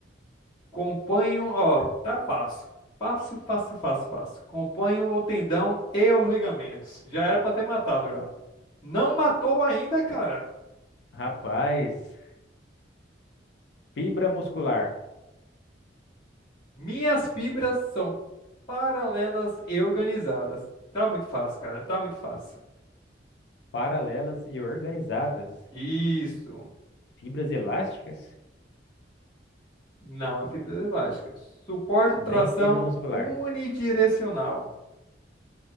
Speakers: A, on the left; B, on the left.
A: Companho, ó, tá fácil. Fácil, fácil, fácil, fácil. Companho o tendão e os ligamentos. Já era pra ter matado já. Não matou ainda, cara.
B: Rapaz, fibra muscular,
A: Minhas fibras são paralelas e organizadas. Tá muito fácil, cara. Tá muito fácil.
B: paralelas e organizadas.
A: Isso.
B: Fibras elásticas?
A: Não é fibras elásticas. Suporto
B: Nem
A: tração
B: fibra muscular.
A: unidirecional.